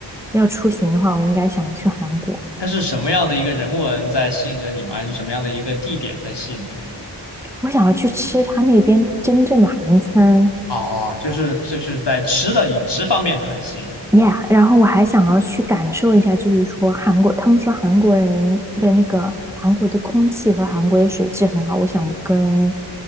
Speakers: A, in the centre; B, on the left.
A: 要出行的话，我应该想去韩国。
B: 它是什么样的一个人文在吸引着你吗？还是什么样的一个地点在吸引着你？
A: 我想要去吃他那边真正的韩餐
B: 哦，就是就是在吃的饮食方面，它很吸引你。
A: ，yeah。然后我还想要去感受一下，就是说韩国，他们说韩国人的那个韩国的空气和韩国的水质很好。我想跟